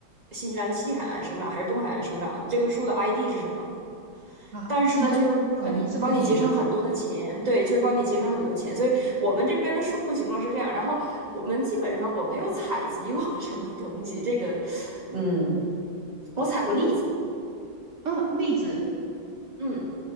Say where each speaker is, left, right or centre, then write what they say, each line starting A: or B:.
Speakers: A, on the right (about 20°); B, on the right (about 40°).
A: 新西兰的西海岸生长还是东海岸生长，这棵树的 ID 是什么。
B: 啊，
A: 但是呢，
B: 这么管得这么严呢？
A: 就是帮你帮你节省很多的钱，对，就是帮你节省很多钱。所以我们这边的树木形状是这样，然后我们基本上我没有采集过什么东西，这个，嗯，我采过栗子，
B: 嗯，栗子，
A: 嗯。